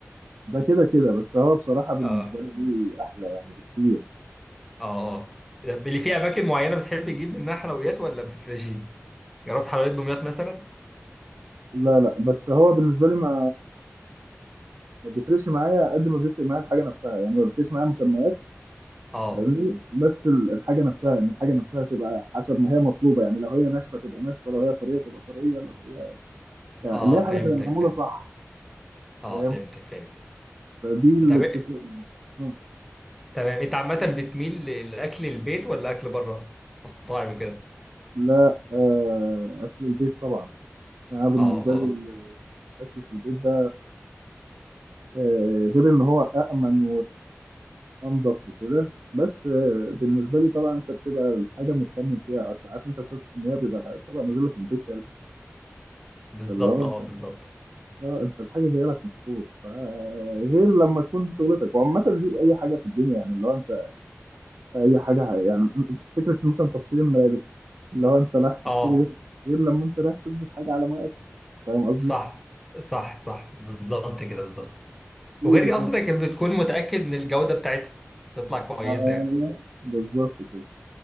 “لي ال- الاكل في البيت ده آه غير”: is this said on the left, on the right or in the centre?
Right